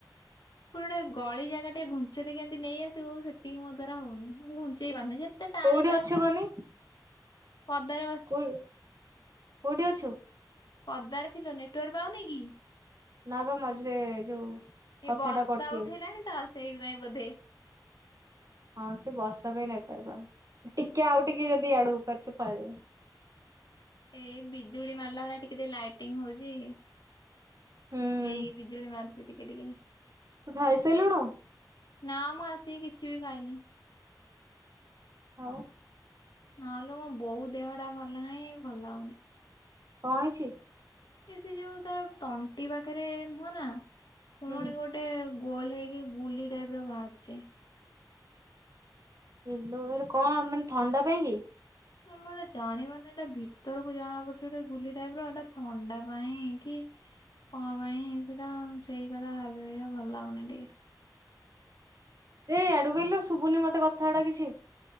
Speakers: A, on the left; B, on the right.
A: ଗୋଟେ ଗଳି ଜାଗାଟେ ଘୁଞ୍ଚେଇ ଦେଇିକିମିତି ନେଇଆସିବ ସେତିକି ମୋ ଦ୍ବାରା ହଉନି ମୁଁ ଘୁଞ୍ଚେଇ ପାରୁନି। ଏତେ ଟାଣି
B: କୋଉଠି
A: ଟାଣି
B: ଅଛୁ
A: ଟାଣି
B: କହନି
A: ପଦାରେ ବ
B: କୋଉ କୋଉଠି ଅଛୁ।
A: ପଦାରେ ଥିଲ ନେଟୱାର୍କ ପାଉନି କି?
B: ନବା ମଝିରେ ଯୋଉ କଥା
A: ଏଇ ବର୍ଷା
B: ଟା କଟିଯାଉ
A: ଉଠେଇଲାଣି ତ ସେଇଥିପାଇଁ ବୋଧେ।
B: ହଁ ସେ ବର୍ଷା ପାଇଁ ନେଟୱାର୍କ ପାଉନି। ଟିକେ ଆଉ ଟିକେ ଯଦି ଆଡକୁ ପାରୁଛ ପଳେଇା
A: ଏଇ ବିଜୁଳି ମାରଲା ଭଲିଆ ଟିକେ ଲାଇଟିଂ ହଉଚି।
B: ହୁଁ
A: ଏଇ ବିଜୁଳି ମାରୁଛି ଟିକେ ଟିକେ।
B: ତୁ ଖାଇସାରିଲୁଣୁ?
A: ନା ମୁଁ ଆସିକି କିଛି ବି ଖାଇନି।
B: ହଉ।
A: ନହେଲେ ମୋ ବୋଉ ଦେହ ଟା ଭଲ ନାହିଁ ଭଲ ହଉନି।
B: କ ହେଇଛି?
A: ଏ ସେ ଯୋଉ ତାର ତଣ୍ଟି ପାଖରେ ନୁହଁ ନା କୁମଣି
B: ହୁଁ
A: ଗୋଟେ ଗୋଟେ ଗୋଲ ହେଇକି ଗୁଲି ଟାଇପ ର ବାହାରିଛି।
B: କିଲୋ ଏ କଣ ମାନେ ଥଣ୍ଡା ପାଇଁ କି?
A: ମୁଁ ଏଟା ଜାଣ ମାନ ଏଇଟା ଭିତରକୁ ଜଣା ପଡୁଛି ଗୋଟେ ଗୁଲି ଟାଇପ ର ଏଟା ଥଣ୍ଡା ପାଇଁ କି କଣ ପାଇଁ ସେଟା ସେଇ କଥା ଭାବି ହଇିବା ଭଲ ହାଗନି ଟିକେ।
B: ଏଇ ଆଆଡୁ କହିଲ ଶୁଭୁନି ମତେ କଥା ଗୁଡା କିଛି।